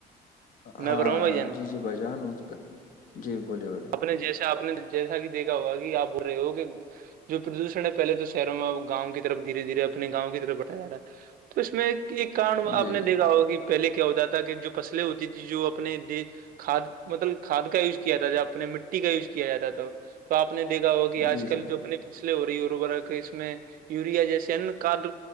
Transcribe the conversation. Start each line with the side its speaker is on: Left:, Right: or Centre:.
Left: ہاں
Right: میں بھروں بھائی جان
Left: ج بجان اس کا جی بولے بولے
Right: آپ نے جیسا آپ نے جیسا کہ دیکھا ہوا آپ بول رہے ہو کہ جو پردوشن ہے پلے تو شہروں میں اب گاؤں کی طف دھیرےھیے اپنے گاؤں کی طرف بٹا جا رہا تو اس میں ایک کارن
Left: جی
Right: آپ نے
Left: جی
Right: دیکھا ہوگا کہ پہلے کیا ہوتا تھا کہ جو فصلیں ہوتی تھی جو اپنے د کھاد مطلب کھاد کا یوز کیا تھا جب نی مٹی کا یوز کیا جاتا تھا تو آپ نے دیکھا ہوگا کہ آج
Left: جی
Right: کل
Left: جی بھائی
Right: جو اپنے
Left: جان
Right: فلے ہو رہی ہے اورربر کہ اس میں یوریا جیسے ان کڈ